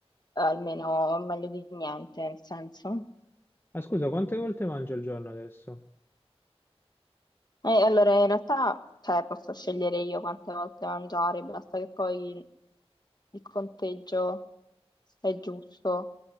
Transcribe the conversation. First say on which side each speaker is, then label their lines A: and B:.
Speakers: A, on the left (about 40°); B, on the left (about 20°).
A: almeno meglio di niente, nel senso.
B: Ah, scusa, quante volte mangi al giorno adesso?
A: Eh, allora, in realtà, cioè, posso scegliere io quante volte mangiare, basta che poi il conteggio è giusto.